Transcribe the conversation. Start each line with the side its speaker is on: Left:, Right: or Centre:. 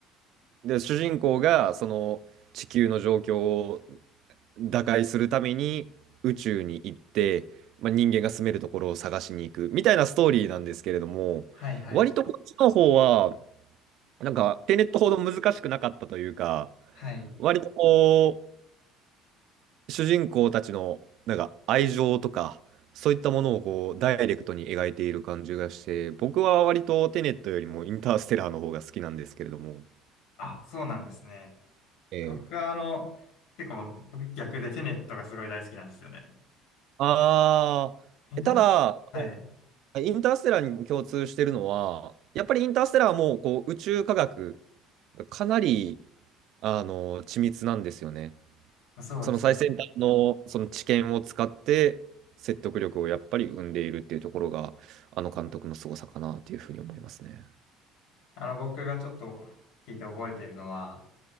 Right: で、主人公がその地球の状況を打開するために宇宙に行って、まあ、人間が住めるところを探しに行くみたいなストーリーなんですけれども、
Left: はい、はい、
Right: 割とこっちの方は、なんか、テネットほど難しくなかったというか、
Left: はい。
Right: 割とこう、主人公たちの、なんか、愛情とか、そういったものをこう、ダイレクトに描いている感じがして、僕は割とテネットよりもインターステラーの方が好きなんですけれども。
Left: あ、そうなんですね。
Right: ええ。
Left: 僕は、あの、結構、僕逆でテネットがすごい大好きなんですよね。
Right: あーえただ、
Left: インターステ、はい。
Right: このインターステラーに共通してるのは、やっぱりインターステラーもこう宇宙科学がかなりあの緻密なんですよね。
Left: そうですね。
Right: その最先端のその知見を使って説得力をやっぱり生んでいるっていうところが、あの監督の凄さかなっていうふうに思いますね。
Left: あの、僕がちょっと聞いて覚えているのは、